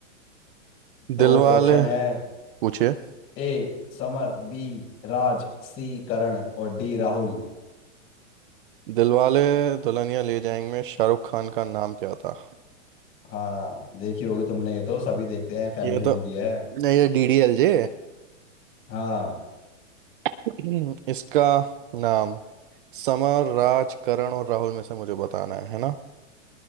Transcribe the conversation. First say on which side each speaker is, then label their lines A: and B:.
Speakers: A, on the left; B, on the right.
A: तो
B: दिलवाले
A: ऑप्शन है
B: पूछिए
A: A Samar B Raj C Karan और डी राहुल
B: दिलवाले दुल्हनिया ले जाएंगे में शाहरुख खान का नाम क्या था
A: हाँ देखी होगी तुमने ये तो सभी देखते हैं फैमिली
B: ये तो
A: मूवी है
B: नहीं ये डीडीएलजे
A: हाँ
B: <clears throat> इसका नाम समर राज करण और राहुल में से मुझे बताना है है ना